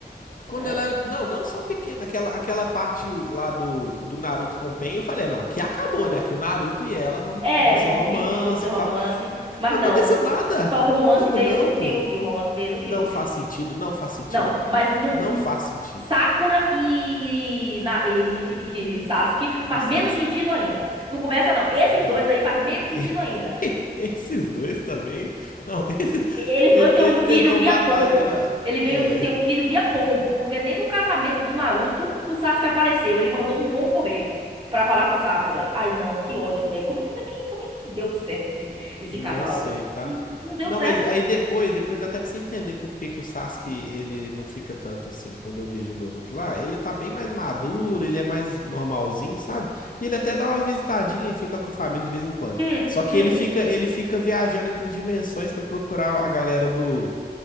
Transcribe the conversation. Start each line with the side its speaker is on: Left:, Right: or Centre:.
Left: Quando
Right: É,
Left: ela era, não, não só pequena, aquela, aquela parte lá do, do Naruto com o Pain, eu falei, não, aqui acabou, né? Aqui o Naruto e ela vão,
Right: é,
Left: vão ser
Right: vão,
Left: romance
Right: fi, vão ser romance,
Left: e tal.
Right: mas
Left: Não
Right: não.
Left: aconteceu nada.
Right: O romance
Left: Como
Right: veio
Left: não,
Right: no filme,
Left: pô?
Right: o romance veio no
Left: Não
Right: filme.
Left: faz sentido, não faz sentido,
Right: Não, mas no,
Left: não
Right: n-
Left: faz sentido.
Right: Sakura e, e, na- e- e- e Sasuke faz
Left: E Sasuke?
Right: menos sentido ainda. Não começa, não. Esses
Left: Não.
Right: dois aí faz menos sentido ainda.
Left: <laughs> Esses dois também. Não, <laughs> esse-
Right: Eles
Left: ele,
Right: dois têm
Left: ele
Right: um filho
Left: tentou
Right: via
Left: matar
Right: pombo.
Left: ela.
Right: Ele veio,
Left: É,
Right: tem um filho via pombo, porque nem no casamento do Naruto o Sasuke apareceu. Ele mandou um pombo correio pra falar com Sakura. Ai, não, que ódio, velho. Como, é- como é que, como é que deu certo esse, esse
Left: não
Right: casal?
Left: sei, tá?
Right: Não, não deu
Left: Não,
Right: certo.
Left: mas aí depois, depois dá até pra você entender por que que o Sasuke ele não fica tanto assim quando eu vejo em Boruto lá. Ele tá bem mais maduro, ele é mais normalzinho, sabe? E ele até dá uma visitadinha e fica com a família de vez em quando.
Right: Hum,
Left: Só que
Right: hum.
Left: ele fica, ele fica viajando entre dimensões pra procurar a galera do,